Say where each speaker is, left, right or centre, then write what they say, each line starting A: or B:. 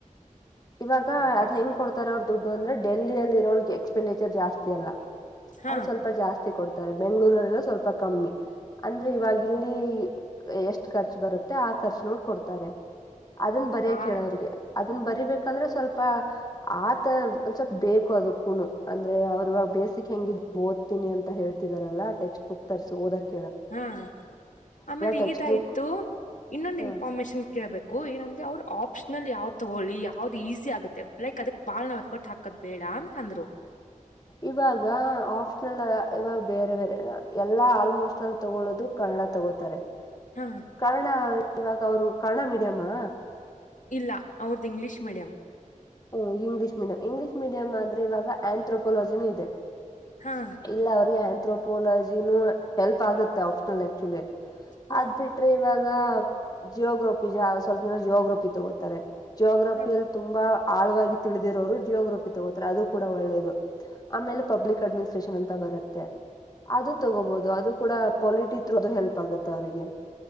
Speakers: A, on the left; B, on the left.
A: ಇವಾಗ
B: ಹಾ
A: ಅದ್ ಹೆಂಗ್ ಕೊಡ್ತಾರೆ ಅವ್ರ್ದ ದುಡ್ಡು ಅಂದ್ರೆ ಡೆಲ್ಲಿ ಅಲ್ಲಿ ಇರೋಗೆ ಎಕ್ಸ್ಪೆಂಡಿಚರ್ ಜಾಸ್ತಿ ಅಲ್ಲ
B: ಹಾ
A: ಅಲ್ಲಿ ಸ್ವಲ್ಪ ಜಾಸ್ತಿ ಕೊಡ್ತಾರೆ ಬೆಂಗಳೂರರೆಲ್ಲ ಸ್ವಲ್ಪ ಕಮ್ಮಿ ಅಂದ್ರೆ ಇವಾಗ ಇಲ್ಲಿ ಎಷ್ಟ್ ಖರ್ಚು ಬರುತ್ತೆ ಆ ಖರ್ಚು ನೋಡ್ಕ ಕೊಡ್ತಾರೆ ಅದನ್ ಬರಯಕೆ
B: ಹಾ
A: ಅದನ್ನ ಬರಿಬೇಕಂದ್ರೆ ಸ್ವಲ್ಪ ಆತ ಒಂದ ಸ್ವಲ್ಪ ಬೇಕು ಅದು ಕುನು ಅಂದ್ರೆ ಅವ ಇವಾಗ ಬೇಸಿಕ್ ಹೆಂಗ್ ಓ ತಿನಿ ಅಂತ ಹೇಳ್ತಿದಾರಲ್ಲ ಟೆಕ್ಸ್ಟ್ ಬುಕ್ ತರಿಸಿಓದಕ್ಕೆ
B: ಹಾ ಆಮೇಲೆ
A: ಟೆಕ್ಸ್ಟ್
B: ಇದಯ್ತು
A: ಬುಕ್
B: ಇನ್ನೊಂದ್
A: ಹ್ಮ
B: ಇನ್ಫಾರ್ಮೇಶನ್ ಕೇಳಬೇಕ್ ಏನಂದ್ರ ಅವರು ಆಪ್ಷನಲ್ ಯಾವ್ ತಗೊಳ್ಳಿ ಯಾವ್ದ್ ಈಸಿ ಆಗುತ್ತೆ ಲೈಕ್ ಅದಕ್ ಬಾಳ್ ನಾವ್ ಎಫರ್ಟ್ ಹಾಕದ್ ಬೇಡ ಅಂತ ಅಂದ್ರು
A: ಇವಾಗ ಆಫ್ ಇವಾಗ ಬೇರೆ ಬೇರೆ ಎಲ್ಲಾ ಆಲ್ಮೋಸ್ಟ್ ಅಳ್ ತಗೊಳದು ಕನ್ನಡ ತಗೋತಾರೆ
B: ಹಾ
A: ಕಾರಣ ಇವಾಗ ಅವರು ಕರ್ಣ ಮೀಡಿಯಮ್ಮಾ
B: ಇಲ್ಲ ಅವ್ರದ್ದ್ ಇಂಗ್ಲಿಷ್ ಮೀಡಿಯಂ
A: ಹ್ಮ್ ಇಂಗ್ಲಿಷ್ ಮೀಡಿಯಂ ಇಂಗ್ಲೀಷ್ ಮಿಡಿಯಂ ಅಂದ್ರೆವಾಗ ಆಂಥ್ರೋಪೊಲಜಿನೂ ಇದೆ
B: ಹಾ
A: ಇಲ್ಲ ಅವ್ರಿಗೆ ತ್ರೋಪೋಲಜಿನೂ ಹೆಲ್ಪ್ ಆಗುತ್ತೆ ಆಪ್ಷನಲ್ ಆಕ್ಚುಲಿ
B: ಹಾ
A: ಅದ್ ಬಿಟ್ರೆ ಇವಾಗ್ ಜಿಯೋಗ್ರಫಿ ಜ ಸ್ವಲ್ಪ ಜನ ಜಿಯೋಗ್ರಫಿ ತಗೋತಾರೆ ಜೋಗ್ರಫಿಯಲ್
B: ಹಾ
A: ತುಂಬಾ ಆಳ್ವಾಗಿ ತಿಳಿದಿರೋರು ಜಿಯೋಗ್ರಫಿ ತಗೋತಾರೆ ಅದು ಕೂಡ ಒಳ್ಳೇದು ಆಮೇಲೆ ಪಬ್ಲಿಕ್ ಅಡ್ಮಿನಿಸ್ಟ್ರೇಷನ್ ಅಂತ ಬರುತ್ತೆ ಅದು ತಗೋಬೊದು ಅದು ಕೂಡ ಪೊಲಿಟಿ ತೃ ಅದು ಹೆಲ್ಪ್ ಆಗುತ್ತೆ ಅವರಿಗೆ